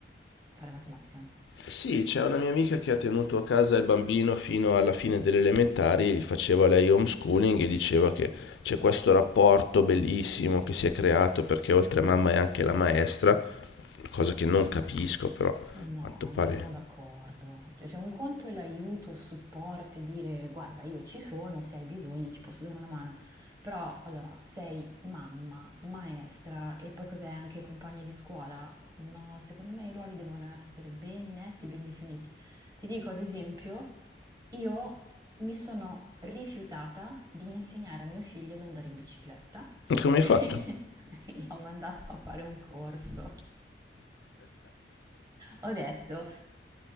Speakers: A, on the right (about 20°); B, on the left (about 75°).
A: Fare matematica?
B: Sì, c'è una mia amica che ha tenuto a casa il bambino fino alla fine delle elementari, gli faceva lei homeschooling e diceva che c'è questo rapporto bellissimo che si è creato perché oltre a mamma è anche la maestra, cosa che non capisco però, a
A: No,
B: quanto pare.
A: non sono d'accordo. Cioè, un conto è l'aiuto, il supporto, e dire guarda, io ci sono, se hai bisogno ti posso dare una mano. Però, allora, sei mamma, maestra e poi cos'è anche compagna di scuola? No, secondo me i ruoli devono essere ben netti, ben definiti. Ti dico, ad esempio, io mi sono rifiutata di insegnare a mio figlio ad andare in bicicletta.
B: E come hai
A: <laughs>
B: fatto?
A: L'ho mandata a fare un corso ho detto,